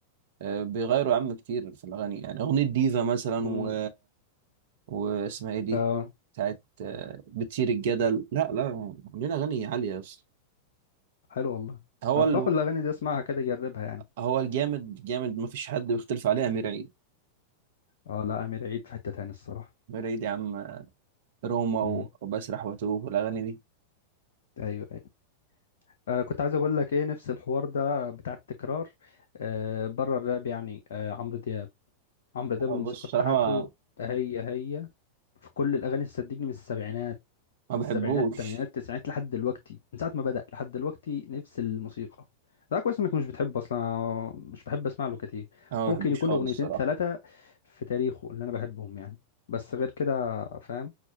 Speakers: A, on the right; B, on the left.
A: آه، بيغيروا يا عم كتير في الاغاني يعني اغنية ديفا مثلا
B: امم
A: و... واسمها ايه دي
B: اه
A: بتاعت آه، بتثير الجدل لا لا عاملين اغاني عالية اصلا
B: حلو والله
A: هو
B: طب
A: ال...
B: باخد الاغاني دي اسمعها كده اجربها يعني
A: هو الجامد جامد ما فيش حد بيختلف عليه امير عيد
B: اه لا امير عيد في حته تاني الصراحه
A: امير عيد يا عم آه، روما و-
B: امم
A: وبسرح واتوه والاغاني دي
B: ايوه أيوة. آه كنت عايز اقول لك ايه نفس الحوار ده بتاع التكرار آه بره الراب يعني آه عمرو دياب عمرو دياب الموسيقى
A: أو بص بصراحة
B: بتاعته
A: ما,
B: هي هي في كل الاغاني صدقني من السبعينات
A: ما بحبوش
B: السبعينات الثمانينات التسعينات لحد دلوقتي من ساعه ما بدأ لحد دلوقتي نفس الموسيقى ده كويس انك مش بتحبه اصلا أنا مش بحب اسمع له كتير
A: أنا ما
B: ممكن
A: بحبوش
B: يكون
A: خالص
B: اغنيتين
A: الصراحة
B: ثلاثه في تاريخه اللي انا بحبهم يعني بس غير كده فاهم